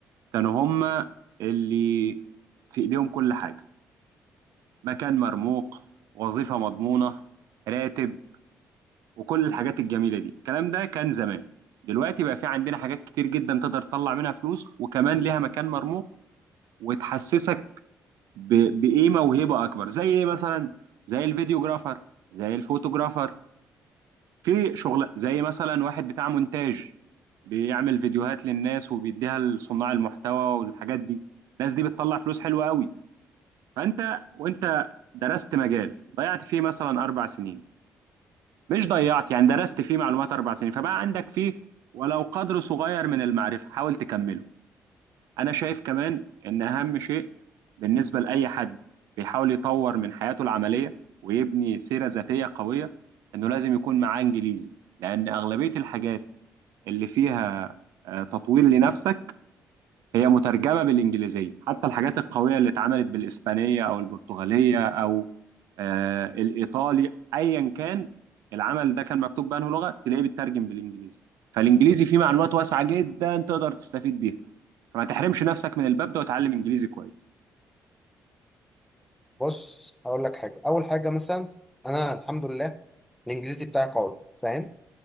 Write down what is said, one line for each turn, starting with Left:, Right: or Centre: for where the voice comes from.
Right: كانوا هم اللي في إيديهم كل حاجة مكان مرموق وظيفة مضمونة راتب وكل الحاجات الجميلة دي الكلام ده كان زمان دلوقتي بقى في عندنا حاجات كتير جدا تقدر تطلع منها فلوس وكمان ليها مكان مرموق وتحسسك ب... بايه موهبه اكبر زي ايه مثلا زي الفيديوجرافر زي الفوتوجرافر في شغل زي مثلا واحد بتاع مونتاج بيعمل فيديوهات للناس وبيديها لصناع المحتوى والحاجات دي الناس دي بتطلع فلوس حلوة قوي فانت وانت درست مجال ضيعت فيه مثلا اربع سنين مش ضيعت يعني درست فيه معلومات اربع سنين فبقى عندك فيه ولو قدر صغير من المعرفة حاول تكمله انا شايف كمان ان اهم شيء بالنسبه لاي حد بيحاول يطور من حياته العمليه ويبني سيره ذاتيه قويه انه لازم يكون معاه انجليزي لان اغلبيه الحاجات اللي فيها آه، تطوير لنفسك هي مترجمه بالانجليزيه حتى الحاجات القويه اللي اتعملت بالاسبانيه او البرتغاليه او آه، الايطالي ايا كان العمل ده كان مكتوب بأنه لغه تلاقيه بيترجم بالانجليزي فالانجليزي فيه معلومات واسعه جدا تقدر تستفيد بيها فما تحرمش نفسك من الباب ده وتعلم انجليزي كويس
Centre: بص هقول لك حاجه اول حاجه مثلا انا الحمد لله الانجليزي بتاعي قوي فاهم